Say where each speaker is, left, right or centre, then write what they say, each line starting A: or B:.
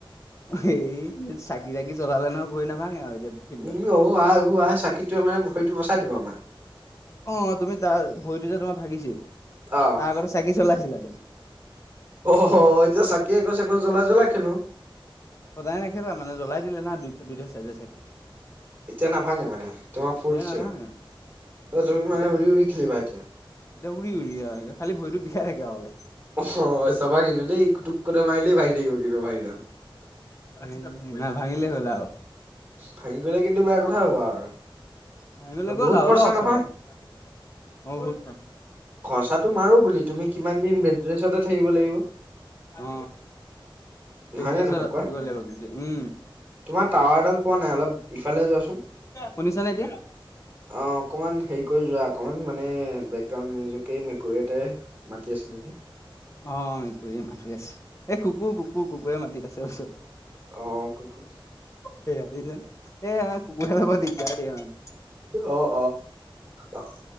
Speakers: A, on the left (about 35°); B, on the right (about 20°).
A: হি়ঃ-হিঃ', হেই চাকি - তাকি জ্বলালে নহয়, ভৰি নাভাঙে আৰু এতিয়া', ফিল্ডত
B: উম', - ই', - অ', - আহ', - উ', - আহ', চাকিটো মানে ভৰিটো বচাই দিব আমাৰ',
A: অ', তুমি তাৰ ভৰিটো যে তোমাৰ ভাঙিছিল,
B: অহ
A: তাৰ আগতে চাকি চলাইছিলা তুমি?
B: অ', হ- হ এতিয়া চাকি একোজ-একোজ জ্বলাই- জ্বলাই খেলোঁ',
A: সদায় নেখেলে মানে জ্বলাই দিলে না দুই-দুইটা চাইডে চাকি',
B: তেতিয়া নাভাঙে মানে তোমাৰ ফুল
A: এ
B: চিয়ৰ,
A: নাভাঙে আৰু
B: অ', তুমি মানে
A: এতিয়া
B: উৰি- উৰি খেলিবা এতিয়া',
A: এতিয়া উৰি- উৰি আৰু একে, খালি ভৰিটো বিষাই থাকে আৰু অলপ',
B: অহ', হ', চাবা কিন্তু দেই কুটুককুটা মাৰিলেই ভাঙি থাকিব কিন্তু ভৰিডাল',
A: ছিজনত', না ভাঙিলে হ'ল আওঁ',
B: ভাঙি গ'লে কিন্তু বেয়া কথা হ'ব আৰু',
A: ভাঙি গ'লে
B: বহুত
A: গ'ল আৰু
B: খৰচা
A: ল',
B: নহয়
A: চালা, বাকী খৰচা, অহ', বহুত আৰু',
B: খৰচাটো মাৰোঁ গোলি, তুমি কিমান দিন বেডৰেষ্টততে থাকিব লাগিব',
A: অ পেটছত
B: হয় নে নহয় কোৱা,
A: থাকিব লাগিব কিন্তু উম
B: তোমাৰ টাৱাৰডাল পোৱা নাই অলপ', ইফালে যোৱাচোন',
A: শুনিছা নে এতিয়া?
B: অ', অকমান হেৰি কৰি যোৱা অকমান মানে বেকগ্ৰাউণ্ড মিউজি', মিউজিকেই, এই মেকুৰী এটাই মাতি আছে নেকি?
A: অ', মেকুৰীয়ে মাতি আছে, এ কুকুৰ-কুকুৰ-কুকুৰে মাতি আছে অহ', চ',
B: অ', কুকুৰ',
A: সেয়া দেখিছানে এইয়া কুকুৰবিলাক বৰ দিগদাৰ দিয়ে মানে।
B: অ', অ',